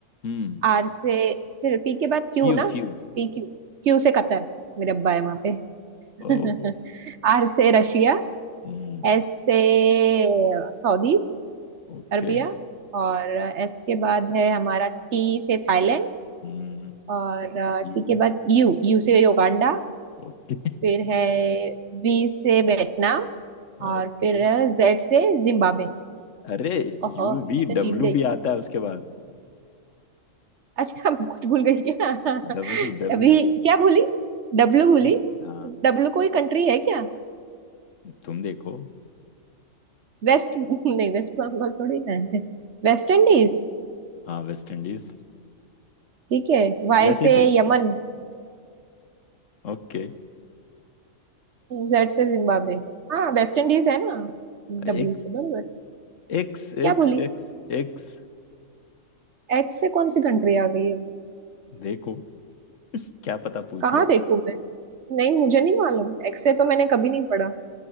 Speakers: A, on the left (about 65°); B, on the right (about 60°).
A: हम्म
B: आर से फिर पी के बाद क्यू
A: Q
B: ना
A: Q
B: पी क्यू क्यू से कतर मेरे अब्बा है वहां पे <laughs>
A: ओहो
B: आर से रशिया
A: हम्म
B: एस से सऊदी
A: ओके
B: अरबिया और एस के बाद है हमारा टी से थाईलैंड
A: हम्म
B: और टी
A: यू
B: के बाद यू यू से युगांडा
A: ओके
B: फिर है वी से वियतनाम और
A: ओके
B: फिर जेड से जिम्बाब्वे
A: अरे
B: ओहो
A: यू
B: मैं
A: वी
B: तो
A: डब्ल्यू
B: जीत गई
A: भी आता है उसके बाद
B: अच्छा <laughs> कुछ भूल गई क्या
A: W W
B: अभी क्या बोली डब्लू बोली
A: बी हाँ
B: डब्लू कोई कंट्री है क्या
A: तुम देखो
B: वेस्ट <laughs> नहीं वेस्ट बंगाल थोड़ी ना है वेस्ट इंडीज
A: हाँ वेस्ट इंडीज
B: ठीक है वाई
A: वैसे
B: से
A: ही थे-
B: यमन
A: Okay
B: जेड से जिम्बाब्वे हाँ वेस्ट इंडीज है ना डब्लू
A: X
B: से बराबर
A: X
B: क्या
A: X
B: बोली
A: X X
B: एक्स से कौन सी कंट्री आ गई है
A: देखो क्या पता पूछ
B: कहाँ
A: ले
B: देखूं मैं नहीं मुझे नहीं मालूम एक्स से तो मैंने कभी नहीं पढ़ा